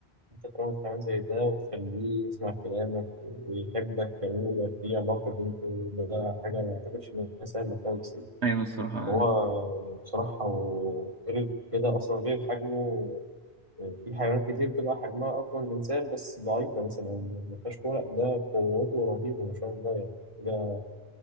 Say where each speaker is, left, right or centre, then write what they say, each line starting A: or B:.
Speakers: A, on the right (about 30°); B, on the right (about 70°).
A: أنت تروض حيوان زي ده وتخليه يسمع كلامك ويحبك كمان ويبقى في علاقة بينكم ده حاجة ما أعتقدش إن هي سهلة خالص يعني
B: ايوه الصراحه
A: هو
B: انا
A: بصراحة وغير كده أصلا غير حجمه في حيوانات كتير بتبقى حجمها أقوى من الإنسان بس ضعيفة مثلا ما فيهاش قوة لأ، ده قوته رهيبة ما شاء الله يعني ده